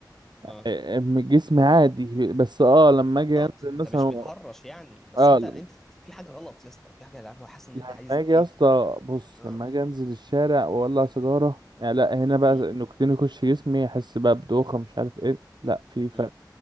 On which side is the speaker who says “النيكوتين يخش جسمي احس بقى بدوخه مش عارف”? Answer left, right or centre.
Right